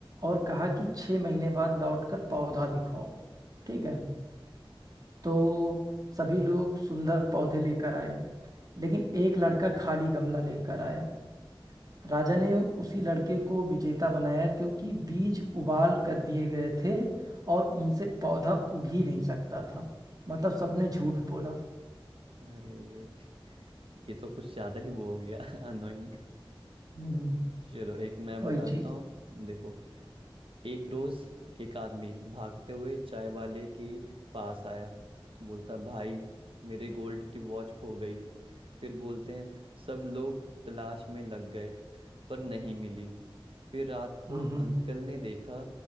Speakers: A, on the right; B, on the right.
A: और कहा कि छह महीने बाद लौटकर पौधा दिखाओ ठीक है तो सभी लोग सुंदर पौधे लेकर आए लेकिन एक लड़का खाली गमला लेकर आया राजा ने उसी लड़के को विजेता बनाया क्योंकि
B: हम्म।
A: बीज उबाल कर दिए गए थे और उनसे पौधा उग ही नहीं सकता था मतलब सबने झूठ बोला
B: अरे ये तो कुछ ज्यादा ही वो हो गया <laughs> अनोइंग
A: हम्म
B: चलो एक मैं
A: वही
B: बताता
A: चीज
B: हूँ देखो एक रोज एक आदमी भागते हुए चाय वाले के पास आया बोलता भाई मेरे गोल्ड की वॉच खो गई फिर बोलते हैं सब लोग तलाश में लग गए पर नहीं मिली फिर रात को
A: हम्म
B: अंकल ने देखा